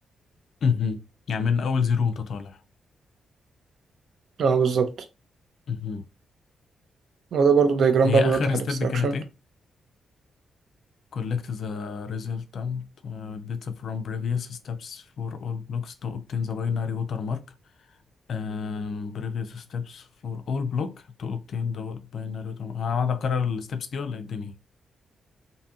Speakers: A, on the left (about 55°); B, on the right (about 55°).
A: امم يعني من اول زيرو وانت طالع
B: اه بالظبط
A: امم
B: وده برضو دايجرام
A: هي
B: بقى بيوضح
A: اخر ستيب
B: الاكستراكشن
A: كانت ايه Collect the resultant uh, data from previous steps for all blocks to obtain the binary watermark. Um, previous steps for all block to obtain the binary watermark. هقعد أكرر الستبس دي ولا إيه الدنيا؟